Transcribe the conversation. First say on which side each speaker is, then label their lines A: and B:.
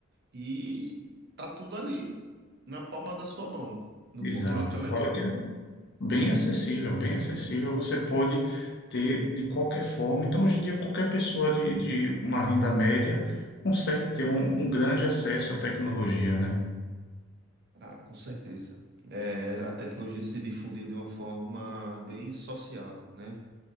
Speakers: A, on the right; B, on the left.
A: e tá tudo ali na palma da sua mão, no
B: Exato.
A: controle de televisão.
B: Fora que bem acessível, bem acessível. Você pode ter de qualquer forma. Então, hoje em dia, qualquer pessoa de, de uma renda média consegue ter um, um grande acesso à tecnologia, né?
A: Ah, com certeza. É, a tecnologia se difundiu de uma forma bem social, né?